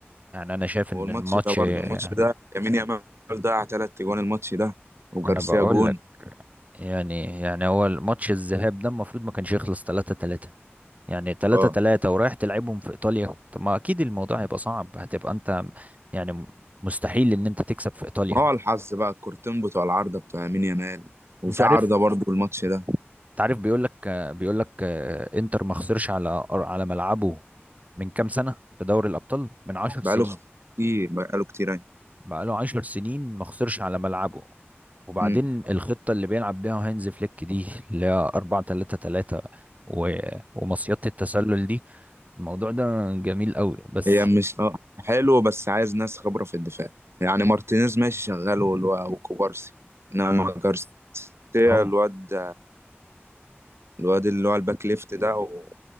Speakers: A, on the right; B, on the right.
A: يعني انا شايف
B: والماتش
A: ان الماتش
B: ده برضه
A: ما
B: الماتش ده يمين يامال ضيع ثلاث جوان الماتش ده وجارسيا
A: انا بقول
B: جون
A: لك يعني يعني هو الماتش الذهاب ده المفروض ما كانش يخلص 3 3 يعني 3
B: اه
A: 3 ورايح تلعبهم في ايطاليا طب ما اكيد الموضوع هيبقى صعب هتبقى انت يعني مستحيل ان انت تكسب في ايطاليا
B: ما هو الحظ بقى الكورتين بتوع العارضة بتوع يمين يامال وفي
A: انت عارف
B: عارضة برضو الماتش ده
A: انت عارف بيقول لك بيقول لك انتر ما خسرش على على ملعبه من كام سنة في دوري الابطال من 10
B: بقاله
A: سنين
B: كتير بقاله كتير يعني
A: بقاله 10 سنين ما خسرش على ملعبه وبعدين
B: مم.
A: الخطة اللي بيلعب بيها هانز فليك دي اللي هي 4 3 3 و... ومصيدة التسلل دي الموضوع ده جميل قوي بس
B: هي مش اه حلو بس عايز ناس خبرة في الدفاع يعني مارتينيز ماشي شغال والو- وكوبارسي انما جارسيا
A: هم
B: الواد الواد اللي هو الباك ليفت ده و...